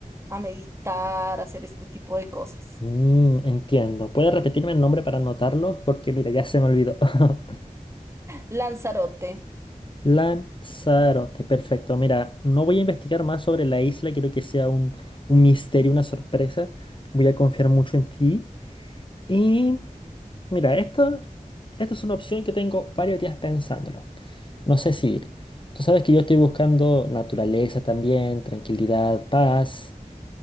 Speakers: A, on the right; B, on the left.
A: a meditar, a hacer este tipo de cosas.
B: Mm, entiendo. ¿Puedes repetirme el nombre para anotarlo? Porque mira, ya se me olvidó. <laughs>
A: Lanzarote,
B: Lanzarote, perfecto. Mira, no voy a investigar más sobre la isla, quiero que sea un, un misterio, una sorpresa. Voy a confiar mucho en ti. Y mira, esto, esto es una opción que tengo varios días pensándolo. No sé si ir. Tú sabes que yo estoy buscando naturaleza también, tranquilidad, paz.